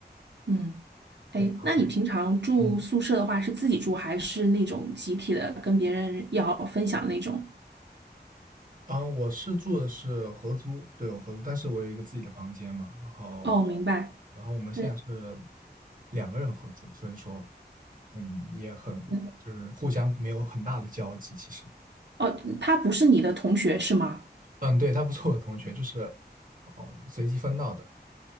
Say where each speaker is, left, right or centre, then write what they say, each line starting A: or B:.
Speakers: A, on the right; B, on the right.
A: 嗯。哎，
B: 对，然后
A: 那你平常住宿舍的话，
B: 嗯。
A: 是自己住还是那种集体的，跟别人要分享那种？
B: 嗯，我是住的是合租，对，我合租，但是我有一个自己的房间嘛，然后，
A: 哦，明白。
B: 然后我们现在是
A: 对，
B: 两个人合租，所以说，嗯，也很就是互相没有很大的交集，
A: 对
B: 其实，
A: 哦，他不是你的同学是吗？
B: 嗯，对，他不是我的同学，就是，哦，随机分到的，